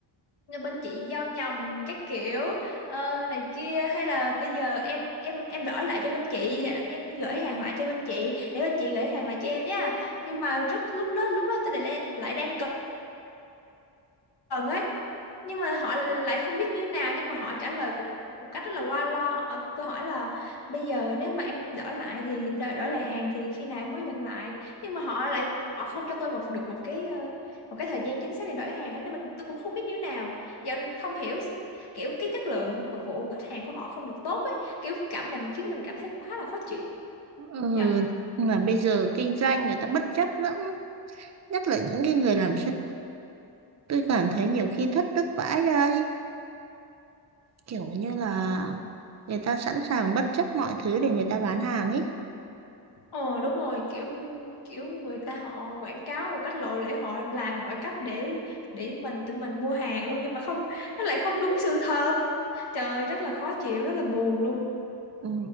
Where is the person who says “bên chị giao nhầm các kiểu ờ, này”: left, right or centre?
Left